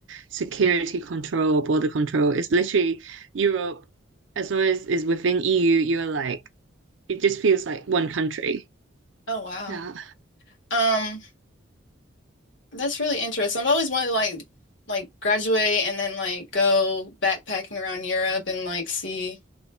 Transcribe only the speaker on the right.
security control or border control. It's literally Europe, as long as it's within EU, you're like, it just feels like one country.
Yeah.